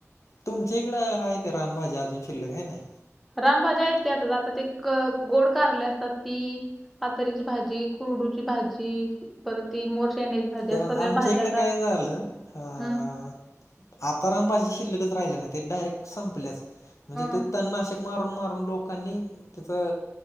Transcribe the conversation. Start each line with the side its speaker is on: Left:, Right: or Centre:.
Left: तुमच्या इकड आहे ते रानभज्या अजून शिल्लक हाय नाही.
Centre: रानभाज्या विकतय आता आता ते क गोड कारले असतात ती. पातरीची भाजी कुरडूची भाजी. परत ती. मोरशेंड्याची भाजी
Left: कारण
Centre: अस सगळ्या
Left: आमच्या
Centre: भाज्या
Left: इकडे
Centre: आता
Left: काय झालं अ.
Centre: हम्म
Left: आता रान भाजी शिल्लकच राहिले नाही ते डायरेक्ट संपल्याच म्हणजे
Centre: हम्म
Left: ते तननाशक. मारून मारून लोकांनी त्याचा